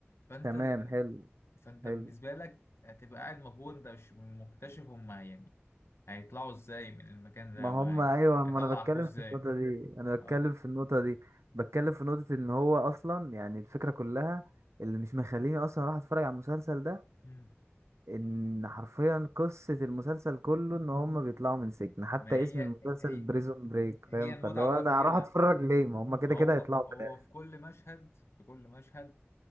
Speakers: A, on the left; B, on the right.
A: فانت
B: تمام
A: بن...
B: حلو
A: فانت
B: حلو
A: بالنسبه لك هتبقى قاعد مبهور انت مش مكتشف هما يعني هيطلعوا ازاي من المكان
B: ما
A: ده وهيطلع
B: هم ايوه ما انا بتكلم
A: اخوه ازاي
B: في النقطه دي انا بتكلم
A: اه
B: في النقطه دي بتكلم في نقطه ان هو اصلا يعني الفكره كلها اللي مش مخليني اصلا اروح اتفرج على المسلسل ده
A: مم.
B: ان حرفيا قصه المسلسل كله ان هم بيطلعوا من سجن حتى
A: ما هي
B: اسم المسلسل
A: هي
B: بريزون بريك
A: هي
B: فاهم
A: المتعة
B: فاللي هو
A: بقى
B: انا
A: في كده
B: هروح اتفرج ليه ما هم كده
A: ما هو
B: كده هيطلعوا
A: هو
B: في الاخر
A: في كل مشهد في كل مشهد